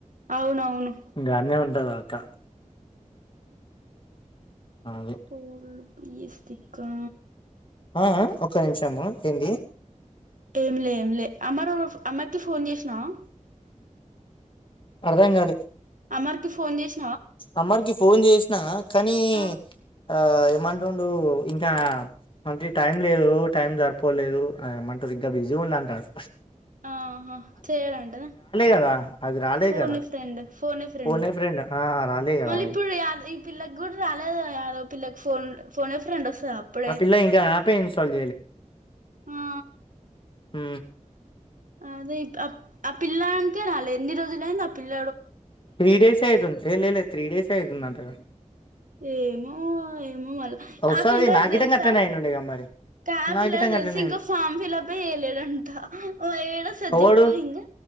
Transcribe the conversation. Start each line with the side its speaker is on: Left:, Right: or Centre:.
Right: అవునవును
Left: ఇంకాన్న ఉంటుంది అక్క అదే
Right: పోల్ పస్కా
Left: ఆ ఒక్క నిమిషము ఏంటి
Right: ఏంలే ఏంలే అమ్మర్ అమ్మర్కి ఫోన్ చేసినావు
Left: అర్థం కాదు
Right: అమర్కి ఫోన్ చేసి
Left: అమ్మర్కి ఫోన్ చేసినా కానీ
Right: ఆ
Left: ఆ ఏమంటుండు ఇంకా అంటే టైం లేదు టైం జరిపోలేదు అంటారు ఇంకా బిజీ ఉండంటాడు
Right: ఆహా చేయడంంటనే
Left: కదా అది రాలే
Right: పూర్ని
Left: కదా
Right: ఫ్రెండ్ ఫోన్ఫరడి
Left: ఫోన్ ఏ ఫ్రెండ్ ఆ రాలే కదా
Right: మళ
Left: అది
Right: ఇప్పుడు పిల్లకి కూడా రాలేదు అదో పిల్లకి ఫోన్ ఫోన ఫెండస్తా అప్పుడే
Left: ఆ పిల్ల ఇంకా యాపే ఇన్స్టాల్
Right: ఆ
Left: హ
Right: అదే ఆ పిల్నుకాల ఎన్ని రోజులుయింద ఆ పిల
Left: త్రీ డేస్ అఐతుంది లే లే లే త్రీ డేస్ అఐతుందంటగా
Right: ఏమో ఏమో మళా
Left: వస్తది
Right: ఆ పిల్లలు
Left: నా గిటంగా
Right: తెలుసా
Left: అట్లనే అయ్యిండుండేగా మరి
Right: క్యాబ్
Left: నా
Right: పిల్ల
Left: గిటంగా
Right: తెలిసి
Left: అట్లనే అయ్యిండు
Right: ఇంకా ఫామ్ ఫిల్ప్ అయలేడంటఓ ఏడు సార్
Left: ఎవడు
Right: చెప్ప ఇంకా